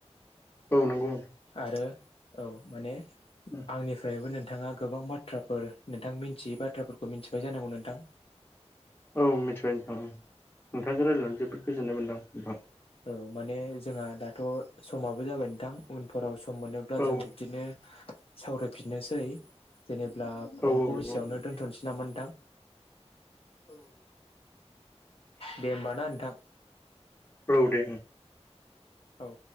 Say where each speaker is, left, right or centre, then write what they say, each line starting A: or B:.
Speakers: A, on the left; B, on the left.
A: औ औ नंगौ
B: आरो औ माने
A: नोंथां
B: आंनिफ्रायबो नो नोंथाङा गोबां बाथ्राफोर नोंथां मिथियै बाथ्राफोरखौ मिथिबाय जानांगौ नोंथां।
A: औ मिथिबाय नोंथांं नोंथांजों रायजलायनानै जोबोद गोजोननाय मोनदां औ।
B: औ माने जोंहा दाथ' समाबो जाबाय नोंथां उनफोराव सम सम मोनोब्ला
A: औ
B: जों बिदिनो सावरायफिननोसै। जेनेबब्ला फनखौ
A: औ औ नंगौ
B: एसेयावनो
A: नोंथां
B: दोन्थ'सै नामा नोंथां औ। दे होमबा ना नोंथां।
A: औ दे।
B: औ